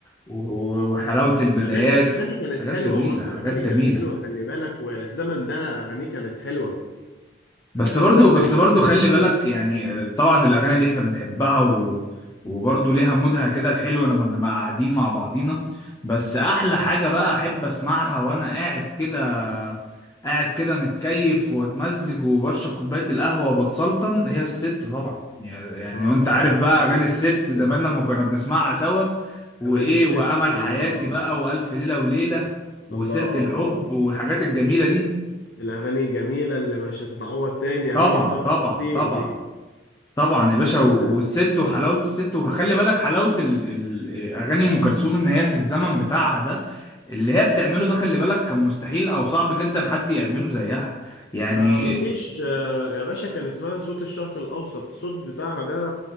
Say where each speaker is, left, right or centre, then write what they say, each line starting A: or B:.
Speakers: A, on the left; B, on the left.
A: و... وحلاوة البدايات
B: اغاني اغاني كانت
A: حاجات
B: حلوه
A: جميلة
B: برضه
A: حاجات
B: اغاني
A: جميلة
B: كانت حلوه خلي بالك والزمن ده اغانيه كانت حلوه
A: بس
B: آه
A: برضو
B: زمن
A: بس
B: الالفينات
A: برضو خلي
B: ده
A: بالك يعني آه، طبعا الاغاني دي احنا بنحبها و وبرضه ليها مودها كده الحلو لما بنبقى قاعدين مع بعضينا بس احلى حاجة بقى احب اسمعها وانا قاعد كده قاعد كده متكيف واتمزج وبشرب كوباية القهوة وبتسلطن هي الست طبعا يعني
B: اه
A: وانت عارف بقى اغاني
B: بت-
A: الست زمان
B: بت-
A: لما كنا بنسمعها سوا وايه
B: اغاني الست
A: وامل
B: الله
A: حياتي بقى والف ليلة وليلة وسيرة
B: الله
A: الحب
B: الله
A: والحاجات الجميلة دي
B: الاغاني الجميله اللي مش هتتعوض تاني
A: طبعا
B: اغاني الطرب
A: طبعا
B: الاصيل
A: طبعا
B: دي
A: طبعا يا
B: بس
A: باشا و- والست وحلاوه الست وخلي بالك حلاوه ال- ال- اغاني ام كلثوم ان هي في الزمن بتاعها ده اللي هي بتعمله ده خلي بالك كان مستحيل او صعب جدا حد يعمله زيها يعني
B: ما ما فيش آه، يا باشا كان اسمها صوت الشرق الأوسط الصوت بتاعها ده